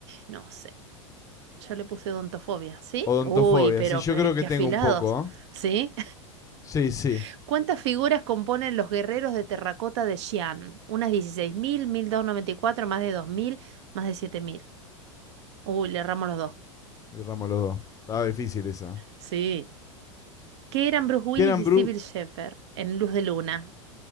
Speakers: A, on the right; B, on the left.
A: No sé. Yo le puse odontofobia, ¿sí?
B: Odontofobia.
A: Uy, pero
B: Sí, yo
A: qué,
B: creo que
A: qué
B: tengo
A: afilados,
B: un poco, ¿eh?
A: ¿sí?
B: Sí, sí.
A: <laughs> ¿Cuántas figuras componen los guerreros de terracota de Xi'an? Unas dieciséis mil, mil doscientos noventa y cuatro, más de 2.000, más de 7.000. Uy, le erramos los dos.
B: Erramos los dos. Estaba difícil esa.
A: Sí. ¿Qué eran Bruce Willis
B: Kieran
A: y
B: Bru...
A: Sybil Shepherd en Luz de Luna?